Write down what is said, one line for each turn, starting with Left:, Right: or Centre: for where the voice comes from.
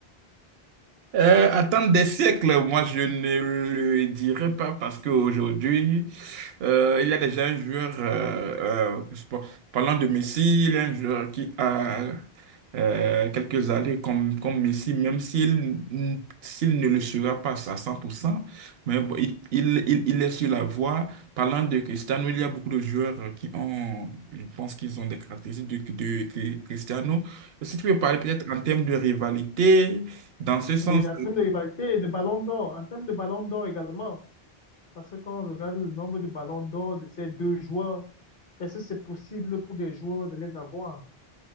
Right: Euh, attendre des siècles, moi je ne le dirais pas parce qu'aujourd'hui, euh, il y a déjà un joueur, euh, euh, je sais pas, parlant de Messi, il y a un joueur qui a euh, quelques années comme, comme Messi, même s'il n- s'il ne le sera pas à 100%, mais bon, il, il, il, il est sur la voie. Parlant de Cristiano, il y a beaucoup de joueurs qui ont, je pense qu'ils ont des caractéristiques de, de Cri- Cristiano. Si tu peux parler peut-être en termes de rivalité, dans ce sens,
Left: Oui, en termes de rivalité et de ballon d'or, en termes de ballon d'or également, parce que quand on regarde le nombre de ballons d'or de ces deux joueurs, est-ce que c'est possible pour des joueurs de les avoir?